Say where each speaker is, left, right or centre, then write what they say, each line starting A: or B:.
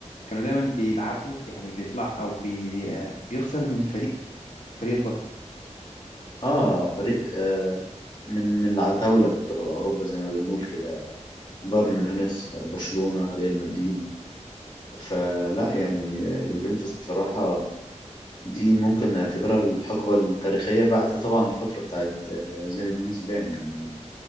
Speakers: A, on the left; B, on the left.
A: كانوا دايما بيلعبوا يعني بيطلع أو بي آه، بيخسر من الفريق الفريق البطل
B: اه فريق آه من من العتاولة بتوع أوروبا زي ما بنقول كده بايرن ميونخ برشلونة ريال مدريد فلا يعني يوفنتوس بصراحة دي ممكن نعتبرها الحقبة التاريخية بعد طبعا الفترة بتاعت زين الدين زيدان يعني